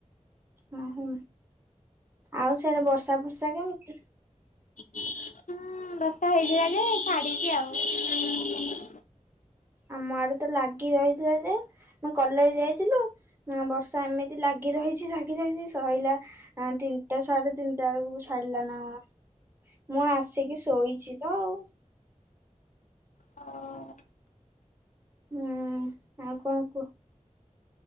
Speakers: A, on the right; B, on the left.
A: ଓହୋ ଆଉ ସେଆଡେ ବର୍ଷା ଫର୍ଷା କେମିତି?
B: ହୁଁ ବର୍ଷା ହେଇଥିଲା ଯେ ଛାଡିଚି ଆଉ।
A: ଆମ ଆଡେ ତ ଲାଗି ରହିଥିଲା ଯେ, ମୁଁ କଲେଜ୍ ଯାଇଥିଲୁ। ନା ବର୍ଷା ଏମିତି ଲାଗି ରହିଛି ଲାଗି ରହିଛି ସଇଲା। ହଁ ତିନିଟା ସାଢେ ତିନିଟା ବେଳକୁ ଛାଡିଲା ନା କଣ। ମୁଁ ଆସିକି ଶୋଇଛି ତ ଆଉ।
B: ଅ।
A: ହୁଁ ଆଉ କଣ କୁହ?